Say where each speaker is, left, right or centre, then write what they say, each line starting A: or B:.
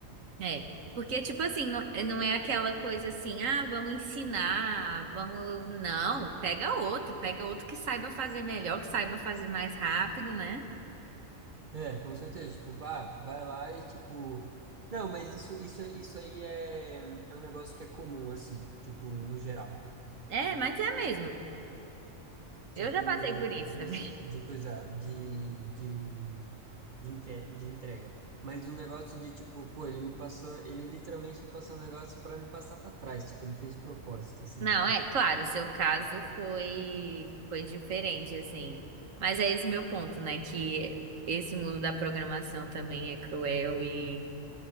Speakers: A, on the right (about 75°); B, on the right (about 40°).
A: É, porque, tipo assim, não, eh, não é aquela coisa assim, ah, vamos ensinar, vamos. Não, pega outro, pega outro que saiba fazer melhor, que saiba fazer mais rápido, né?
B: É, com certeza. Tipo, ah, vai lá e tipo. Não, mas isso, isso, isso aí é, é um negócio que é comum, assim, tipo, no geral.
A: É, mas é mesmo.
B: Tipo,
A: Eu já passei por isso
B: de,
A: também.
B: se-
A: <laughs>
B: de coisa, de, de, de, inte- de entrega. Mas um negócio de tipo, pô, ele me passou, ele literalmente me passou um negócio pra me passar pra trás. Tipo, ele fez de propósito, assim,
A: Não,
B: tipo.
A: é, claro, o seu caso foi, foi diferente, assim. Mas é esse meu ponto, né? Que esse mundo da programação também é cruel e